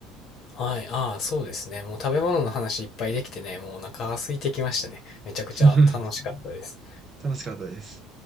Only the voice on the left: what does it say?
はい。ああ、そうですね。もう食べ物の話いっぱいできてね、もうお腹が空いてきましたね。めちゃくちゃ楽しかったです。